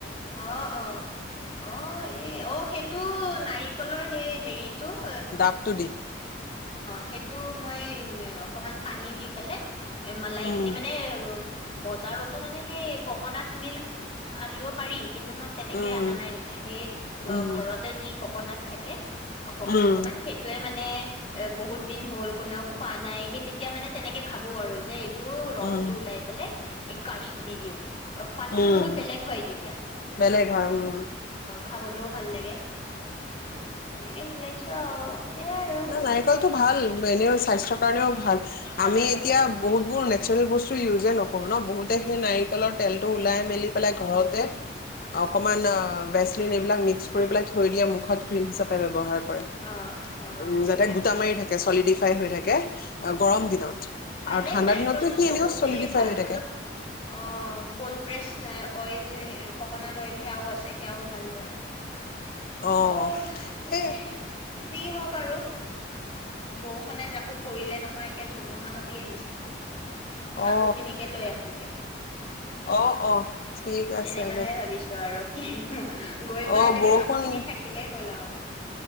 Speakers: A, on the left (about 35°); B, on the left (about 50°).
A: অ অ অ এ অ সেইটো <unintelligible> নাৰিকলৰ হে হেৰিত <unintelligible>
B: ডাবটো দি
A: সেইটো মই মে, অকমান পানী দি পালে- এ, মলাই
B: উম
A: খিনি মানে <unintelligible> বজাৰতো মানে সেই ককনাট মিল্ক আনিব পাৰি কিন্তু মই তেনেকে
B: উম
A: অনা নাই মানে সেই
B: উম
A: ঘৰতে যি ককনাট থাকে অকমান-চকমান।
B: উম
A: সেইটোৱে মানে এ বহুত দিন হল কোনেও খোৱা নাই সেই তেতিয়া মানে তেনেকে ভাবো আৰু যে টো ৰস
B: উম
A: টো ওলাই পেলাই এই কাঢ়িক দি দিওঁ অ', সোৱাদটো
B: উম
A: বহুত বেলেগ হয, তে
B: বেলেগ হয়, উম।
A: খাবলৈও ভাল লাগে উম এনেকে মিলাইছো আৰু সেইয়াই আৰু।
B: না নাৰিকলতটো ভাল এনেও স্বাস্থ্যৰ কাৰণেও ভাল
A: স্বাস্থ্যৰ
B: আমি
A: কাৰণেও
B: এতিয়া
A: ভাল অ
B: বহুত বোৰ নেচাৰেল বস্তু ইউজে নকৰো ন বহুতে সেই নাৰিকলৰ তেল ওলাই মেলি <inaudible> ঘৰতে
A: অ
B: অকনমান অ <unintelligible> <unintelligible> সেইবিলাক মিস্ক্ কৰি পেলে থৈ দিয়ে মুখত। ক্ৰীম হিচাপে ব্যৱহাৰ কৰে।
A: অ অ
B: উম যাতে
A: তাকে
B: গোটা মাৰি থাকে চলিডি ফ্ৰাই হৈ থাকে, অ গৰম দিনত।
A: ভালে
B: আৰু ঠাণ্ডা
A: নাৰিকলটো
B: দিনতো সি
A: চবতে
B: এনেও চলিডিফাই
A: ভাল
B: হৈ থাকে
A: মইতো, অ', কল প্ৰেচ অ অইল, ককনাট অইল সেয়াও আছে। সেয়াও ভাল বাৰু।
B: অ
A: অঃ, দে।
B: এ
A: যি হওঁক আৰু। বৰষুণে এজাকো পৰিলে নহয়! একে ধুমুহাসতি আহিছে। কাপো
B: অ
A: খিনিকে লৈ আহোঁগে।
B: অ', অ', ঠিক
A: তেনেকাহে
B: আছে দে।
A: ভাবিছো <unintelligible> <unintelligible> গৈ পাই
B: অ
A: লেকে
B: বৰষুণ
A: কা মোৰখিনি থাকিলেই হ'ল আৰু।